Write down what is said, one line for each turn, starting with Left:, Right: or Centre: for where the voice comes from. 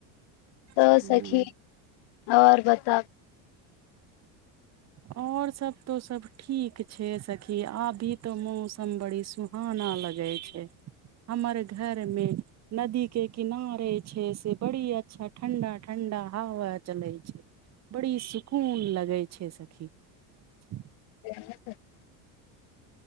Left: तऽ
Right: छै
Left: सखी आओर बताउ
Right: <unintelligible> <unintelligible>
Left: <unintelligible>